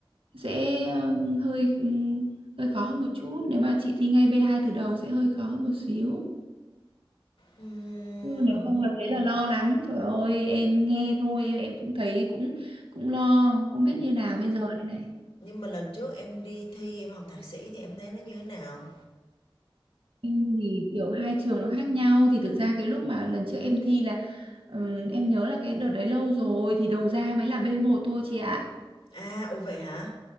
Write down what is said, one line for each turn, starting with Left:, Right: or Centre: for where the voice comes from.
Right: sẽ ờ, hơi ừm, hơi khó hơn một chút nếu mà chị thi ngay B2 từ đầu sẽ hơi khó hơn một xíu
Left: ừm,
Right: chứ nếu không là thấy là lo lắm trời ơi em nghe thôi em em cũng thấy cũng cũng lo không biết như nào bây giờ đây này
Left: nhưng mà lần trước em đi thi em học thạc sĩ thì em thấy nó như thế nào?
Right: em thì kiểu hai trường nó khác nhau thì thực ra cái lúc mà lần trước em thi là ừm, em nhớ là cái đợt đấy lâu rồi thì đầu ra mới là b một thôi chị ạ
Left: À, ồ vậy hả?